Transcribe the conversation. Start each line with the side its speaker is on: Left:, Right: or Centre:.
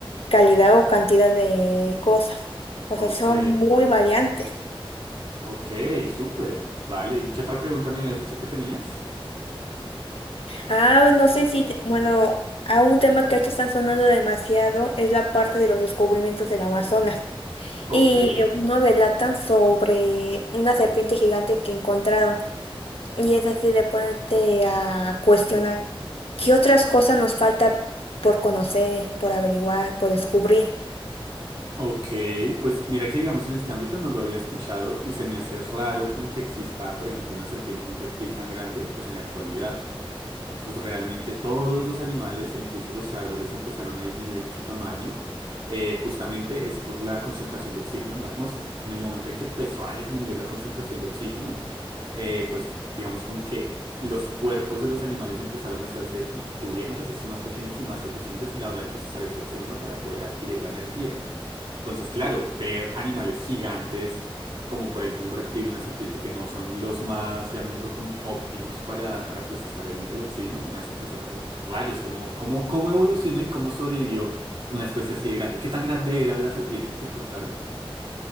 Left: calidad o cantidad de cosas. O
Right: Ok.
Left: sea, son muy variantes.
Right: Ok, súper. Vale, ¿y qué otra pregunta me habías dicho que tenías?
Left: Ah, bueno, no sé si, te- bueno, a un tema que ahorita están sonando demasiado es la parte de los descubrimientos del Amazonas.
Right: Ok,
Left: Y uno delatan sobre una serpiente gigante que encontraron. Y es así de ponerte a cuestionar qué otras cosas nos falta por conocer, por averiguar, por descubrir.
Right: ok, pues mira que digamos en este ámbito no lo había escuchado y se me hace raro como que exista, por ejemplo, una serpiente, un reptil tan grande, pues en la actualidad. porque pues realmente todos los animales e incluso los árboles empezaron a disminuir su tamaño, eh, justamente es por la concentración de oxígeno en la atmósfera. En el momento en que empezó a disminuir la concentración de oxígeno, eh, pues digamos como que los cuerpos de los animales empezaron a hacerse y tuvieron que hacerse más pequeños y más eficientes a la hora de procesar este oxígeno para poder adquirir la energía. Entonces, claro, ver animales gigantes, como por ejemplo un reptil, una serpiente, que no son los más, llamémoslo como óptimos para, para procesar el, el oxígeno, me hace pensar como rayos, cómo, cómo, cómo evolucionó y cómo sobrevivió una especie así de grande. ¿Qué tan grande era la serpiente que encontraron?